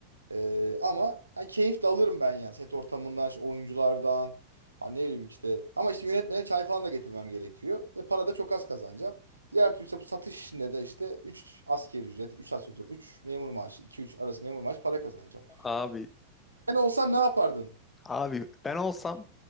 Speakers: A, on the right; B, on the left.
A: Ee, ama ha, keyif de alırım ben yani set ortamından, işte oyunculardan. Ha, ne bileyim işte. Ama işte yönetmene çay falan da getirmem gerekiyor. Ve para da çok az kazanacağım. Diğer türlü işte bu satış işinde de işte üç asgari ücret, 3 asgari ücret, 3 memur maaşı, iki üç arası memur maaşı para kazanacağım.
B: Abi,
A: Sen olsan ne yapardın?
B: abi ben olsam